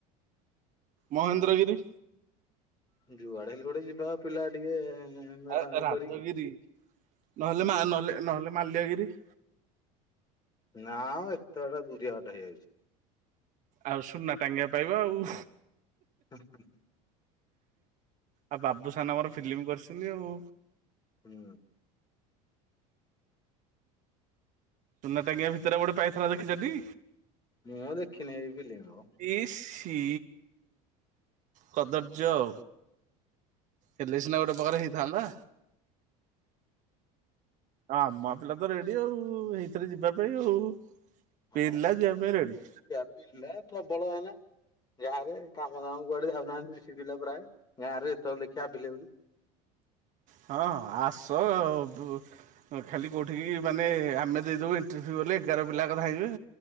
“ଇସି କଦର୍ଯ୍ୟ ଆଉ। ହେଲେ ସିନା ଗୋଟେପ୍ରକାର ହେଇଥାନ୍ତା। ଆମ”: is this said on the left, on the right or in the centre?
Right